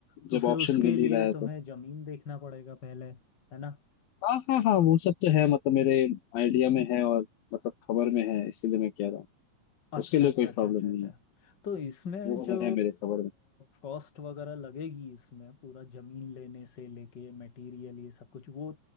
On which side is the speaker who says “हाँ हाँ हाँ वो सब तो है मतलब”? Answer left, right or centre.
Left